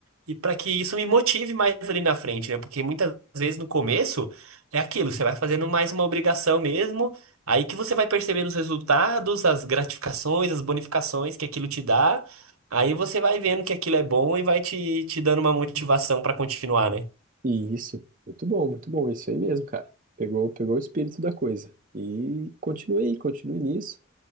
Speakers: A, on the right; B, on the right.
A: e pra que isso me motive mais ali na frente, né? Porque muitas vezes no começo é aquilo, você vai fazendo mais uma obrigação mesmo, aí que você vai percebendo os resultados, as gratificações, as bonificações que aquilo te dá. Aí você vai vendo que aquilo é bom e vai te, te dando uma motivação pra continuar, né?
B: E isso, muito bom, muito bom, isso aí mesmo, cara. Pegou, pegou o espírito da coisa. E continue aí, continue nisso.